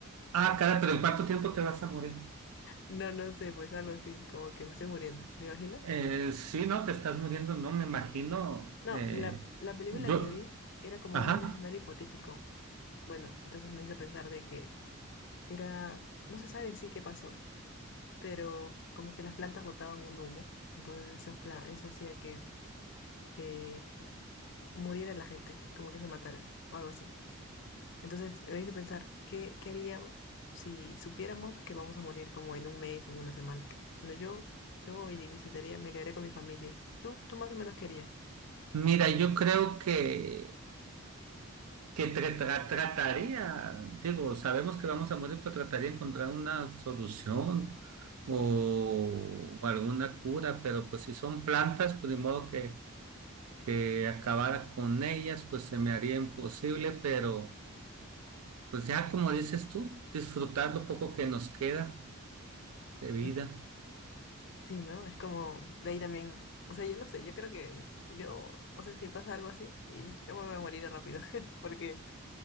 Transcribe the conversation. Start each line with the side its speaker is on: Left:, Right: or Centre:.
Right: Ah, cara, pero ¿en cuánto tiempo te vas a morir?
Left: No, no sé, pues algo así, como que me estoy muriendo. ¿Te imaginas?
Right: Eh, sí, no, te estás muriendo, no me imagino.
Left: No,
Right: eh,
Left: la, la película
Right: yo,
Left: que vi era como
Right: ajá.
Left: un escenario hipotético. Bueno, entonces me hizo pensar de que era, no se sabe en sí qué pasó, pero como que las plantas botaban un humo, entonces eso, eso hacía que eh, muriera la gente, como que se matara o algo así. Entonces me hizo pensar, ¿qué, qué haríamos si supiéramos que vamos a morir como en un mes o en una semana? No, yo, yo iría y visitaría, me quedaría con mi familia. ¿Tú, tú más o menos querías?
Right: Mira, yo creo que, que tra- tra- trataría, digo, sabemos que vamos a morir, pero trataría de encontrar una solución o, o alguna cura, pero pues si son plantas, pues de modo que que acabara con ellas, pues se me haría imposible, pero pues ya como dices tú, disfrutar lo poco que nos queda de vida.
Left: Mm. Sí, ¿no? Es como, de ahí también, o sea, yo no sé, yo creo que yo, o sea, si pasa algo así, y yo me voy a morir rápido, <laughs> porque